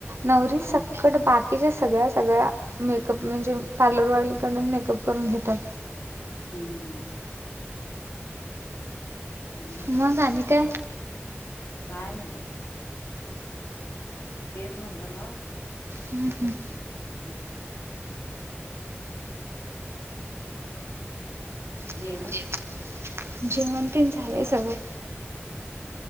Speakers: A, on the right; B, on the left.
A: नवरी
B: त्यामुळे
A: सकट बाकीच्या सगळ्या सगळ्या मेकअप म्हणजे पार्लरवालीकडच मेकअप करून घेतात.
B: हम्म हम्म. आणि का
A: मग काण काय?
B: काय नाही ग. तेच म्हणलं मग
A: हम् हम्.
B: हम्म.
A: जेव
B: जेवण
A: जेव जेवण पण झालंय सगळं..